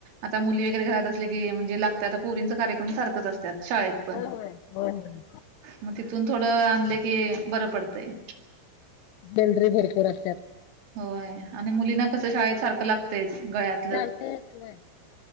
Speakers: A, on the right; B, on the left.
A: आतां मुली वगैरें घरांत असली की म्हणजे लागतांत आतां पोरींचं कार्यक्रम सारखंच असतांत शाळेंत.
B: होयं होंय होय होयं.
A: मंग तिथूंन थोडं आणलं की बरं पडतंय.
B: ज्वेलरी भरंपूर असतांत.
A: होयं आणि मुलींना कसं शाळेत सारखं लागतंयच गळ्यांत.
B: ज <unintelligible> ते त म.